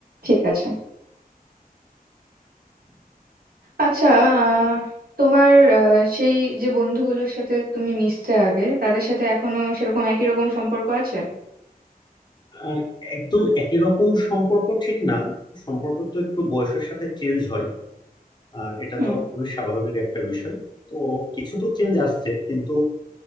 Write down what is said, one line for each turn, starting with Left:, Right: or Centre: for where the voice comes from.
Right: ঠিক আছে আচ্ছা আহ, তোমার আহ, সেই যে বন্ধুগুলোর সাথে তুমি মিশতে আগে তাদের সাথে এখনো সেরকম একই রকম সম্পর্ক আছে
Left: আহ, একদম একই রকম সম্পর্ক ঠিক না সম্পর্ক তো একটু বয়সের সাথে চেঞ্জ হয় আহ, এটা
Right: হুম
Left: তো খুবই স্বাভাবিক একটা বিষয় তো কিছু তো চেঞ্জ আসছে কিন্তু